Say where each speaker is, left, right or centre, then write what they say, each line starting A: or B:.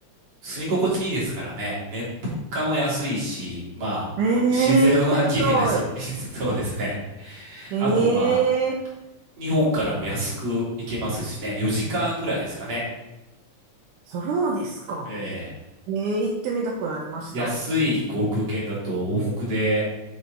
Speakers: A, on the right; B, on the right.
A: 住み心地いいですからね。ね、物価も安いし、まあ、
B: ええ行ってみたい。
A: 自然は綺麗だし、<laughs> そうですね。
B: え
A: あと、ま
B: え
A: 日本からも安く行けますしね、4時間ぐらいですかね。
B: そうですか。
A: ええ
B: ええ行ってみたくなりました。
A: 安い航空券だと往復で、